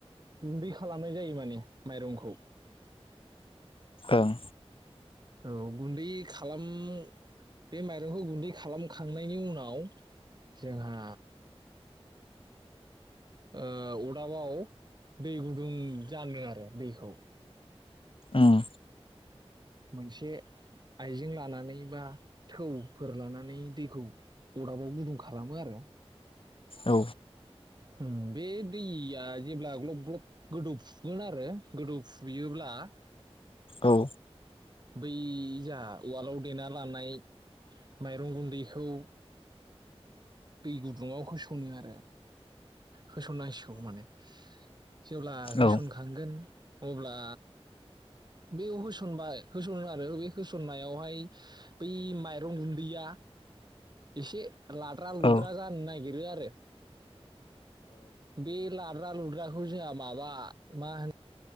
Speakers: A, on the right; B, on the left.
A: गुनदै खालामनाय जायो माने माइरंखौ
B: ओं
A: औ गुनदै खालाम बे माइरंखौ गुनदै खालामखांनायनि उनाव जोंहा अरदाबाव दै गुदुं जानो आरो दैखौ
B: उम
A: मोनसे आइजें लानानै बा थौफोर लानानै दैखौ अरदाबाव गुदुं खालामो आरो
B: औ
A: ओम बे दैया जेब्ला ग्लब ग्लब गोदौफुगोन आरो गोदौफुयोब्ला
B: औ
A: बै जाहख उवालाव देना लानाय माइरं गुनदैखौ दै गुदुङाव होस'नो आरो होसननांसिगौ माने जेब्ला होसनखांगोन
B: औ
A: अब्ला बेयाव होसनबाय होसन आरो बे होसननायावहाय बै माइरं गुनदैया एसे लाद्रा लुद्रा
B: औ ओ
A: जानो नागिरो आरो बे लाद्रा-लुद्राखौ जोंहा माबा मा होनो